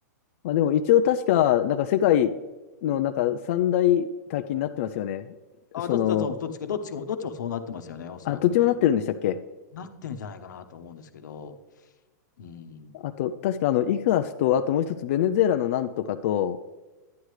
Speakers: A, on the left; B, on the left.
A: まあ、でも一応確か、なんか世界のなんか三大大金になってますよね。
B: あ、
A: その、
B: だ、だと、どっちか、どっちも、どっちもそうなってますよね、おそらくね。
A: あ、どっちもなってるんでしたっけ
B: なってんじゃないかなと思うんですけど。うん。
A: あと、確かあの、イグアスと、あともう一つベネズエラのなんとかと、